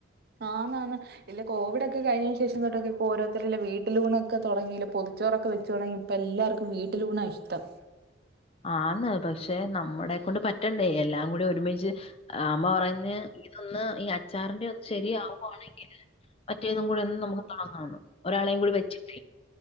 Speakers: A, on the right; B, on the left.
A: ആന്നാണ്. ഇല്ല കോവിഡ് കഴിഞ്ഞ ശേഷം തൊട്ടക്കെ ഇപ്പോ ഓരോരുത്തരെല്ലാം വീട്ടിലൂണൊക്കെ തുടങ്ങിലെ പൊതിച്ചോറൊക്കെ വച്ച് തുടങ്ങങ്കി ഇപ്പ എല്ലാർക്കും വീട്ടില് ഊണാ ഇഷ്ടം.
B: ആന്ന് പക്ഷെ നമ്മുടെക്കൊണ്ട് പറ്റണ്ടേ എല്ലാം കൂടി ഒരുമിച്ച്. ആ അമ്മ പറയുന്ന ഇതൊന്ന് ഈ അച്ചാറിന്റെ ഒന്ന് ശരിയാവുവാണെങ്കിൽ മറ്റേതും കൂടെ ഒന്നു നമുക്ക് താങ്ങാന്ന്. ഒരാളെയും കൂടി വച്ചിട്ടെ.